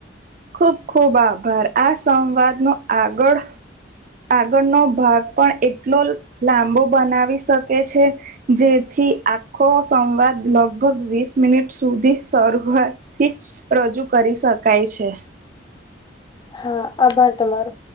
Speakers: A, on the right (about 45°); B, on the left (about 25°).
A: ખુબ ખુબ આભાર આ સંવાદ નો આગળ આગળનો ભાગ પણ એટલો લાંબો બનાવી શકે છે. જેથી આખો સંવાદ લગભગ વીસ મિનિટ સુધી શરૂઆત થી રજૂ કરી શકાય છે.
B: હા આભાર તમારો